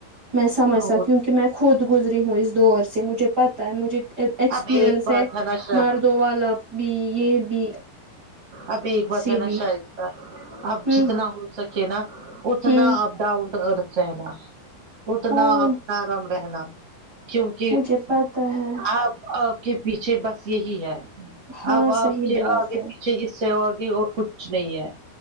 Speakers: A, on the right; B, on the right.
A: میں سمجھ سکتی
B: اور
A: کیونکہ میں خود گزری ہوں اس دور سے مجھے پتہ ہے مجھے ایکسپیرئنس
B: اب ایک بات
A: ہے
B: نا شا
A: ہر دو والا اپنی یہ بھی
B: اب ایک
A: اسی
B: بات ہے نا
A: لیے
B: شائستہ اب
A: ہوں
B: جتنا ہو سکے نا اتنا
A: ہوں
B: اب ڈون ٹو ارتھ رہنا اتنا
A: ہاں
B: آپ نرم رہنا کیونکہ
A: مجھے پتا ہے
B: آپ آپ کے پیچھے بس یہی ہے
A: ہاں
B: اب آپ
A: صحیح
B: کے
A: بات
B: آگے
A: ہے
B: پی چھے اس سے اگے اور کچھ نہیں ہے